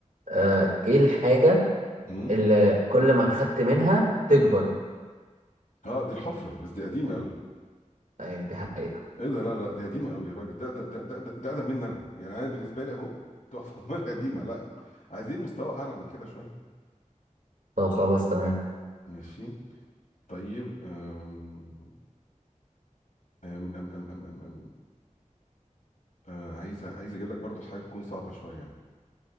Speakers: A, on the right; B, on the left.
A: آه ايه الحاجه
B: مم.
A: اللي كل ما خدت منها تكبر
B: اه دي الحفره بس دي قديمه قوي
A: ايوه دي حقيقة
B: ايه ده لا لا دي قديمه قوي يا راجل ده ده ده ده ده ده اقدم مني انا يعني انا بالنسبه لي اهو تعتبر <laughs> قديمه لا عايزين مستوى اعلى من كده شويه
A: طب خلاص تمام
B: ماشي طيب أم أم أم أم أم أم أم. آه، عايز عايز اجيب لك برضو حاجه تكون صعبه شويه يعني